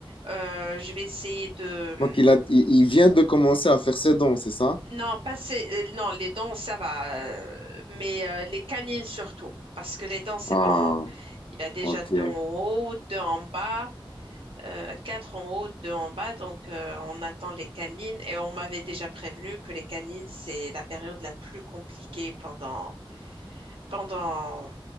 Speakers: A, on the right (about 80°); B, on the left (about 70°).
A: Euh, je vais essayer de
B: Donc, il a, il, il vient de commencer à faire ses dons, c'est ça?
A: hmm, non, pas ces- euh, non, les dents ça va, euh, mais euh, les canines surtout parce que les dents c'est
B: Ah,
A: bon. Il a déjà
B: ok.
A: deux en haut, deux en bas. euh, quatre en haut, deux en bas, donc euh, on attend les canines et on m'avait déjà prévenu que les canines, c'est la période la plus compliquée pendant, pendant euh,